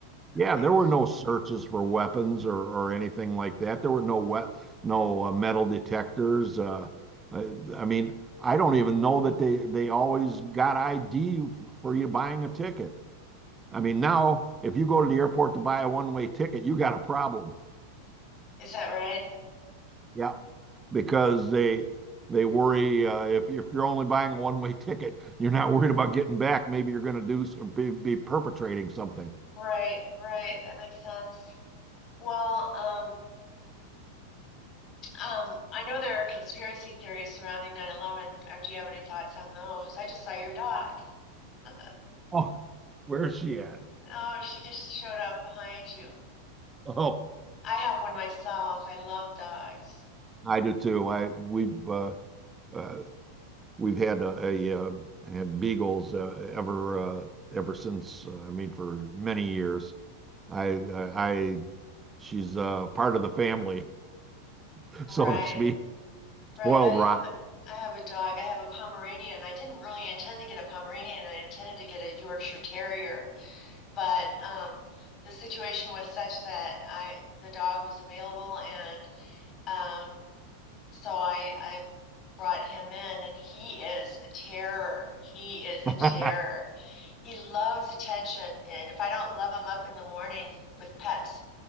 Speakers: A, on the right; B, on the left.
A: yeah,
B: Like,
A: there were no searches for weapons or, or anything like that. There were no we no uh, metal detectors. Uh, I, I mean, I don't even know that they they always got ID for you buying a ticket. I mean, now if you go to the airport to buy a one-way ticket, you got a problem.
B: Is that right?
A: Yeah, because they they worry uh, if you, if you're only buying a one-way <laughs> ticket, you're not worried about getting back. Maybe you're going to do s- be, be perpetrating something.
B: Right, right. That makes sense. Well, um, um, I know there are conspiracy theories surrounding nine eleven. Or do you have any thoughts on those? I just saw your dog. <laughs>
A: Oh, where's she at?
B: Oh, she just showed up behind you.
A: Oh.
B: I have one myself. I love dogs.
A: I do too. I we've uh, uh, we've had a, a uh, had beagles uh, ever uh, ever since. Uh, I mean, for many years. I I, I she's uh, part of the family, <laughs>
B: Right,
A: so to speak. Spoiled
B: right. I have
A: rotten.
B: a, I have a dog. I have a Pomeranian. I didn't really intend to get a Pomeranian. I intended to get a Yorkshire Terrier, but um, the situation was such that I the dog was available and um, so I I brought him in and he is a terror. He is a
A: <laughs>
B: terror. He loves attention and if I don't love him up in the morning with pets,